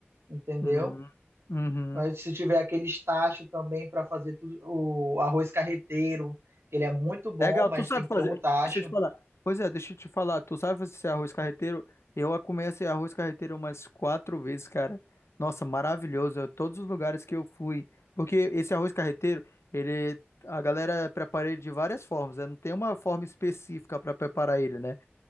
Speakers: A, on the right; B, on the left.
A: entendeu?
B: Uhum. Uhum.
A: Aí, se tiver aquele tacho também para fazer tudo, o arroz carreteiro, que ele é muito bom,
B: Legal,
A: mas
B: tu sabe
A: tem que
B: fazer.
A: ter um tacho.
B: Deixa eu te falar. Pois é, deixa eu te falar. Tu sabe fazer esse arroz carreteiro? Eu a comi esse arroz carreteiro umas quatro vezes, cara. Nossa, maravilhoso. eu- Todos os lugares que eu fui. Porque esse arroz carreteiro, ele. A galera prepara ele de várias formas, né? Não tem uma forma específica para preparar ele, né?